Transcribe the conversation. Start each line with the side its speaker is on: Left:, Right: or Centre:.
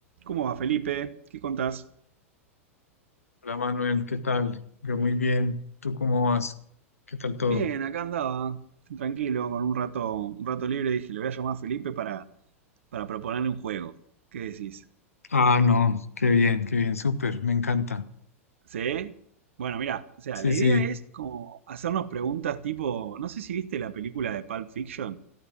Right: ¿Cómo va, Felipe? ¿Qué contás?
Left: Hola Manuel, ¿qué tal? Yo muy bien. ¿Tú cómo vas? ¿Qué tal todo?
Right: Bien, acá andaba, tranquilo, con un rato, un rato libre, dije, le voy a llamar a Felipe para, para proponerle un juego. ¿Qué decís?
Left: Ah, no, qué bien, qué bien, súper, me encanta.
Right: ¿Sí? Bueno, mira, o sea,
Left: Sí,
Right: la idea
Left: sí,
Right: es como hacernos preguntas tipo, no sé si viste la película de Pulp Fiction,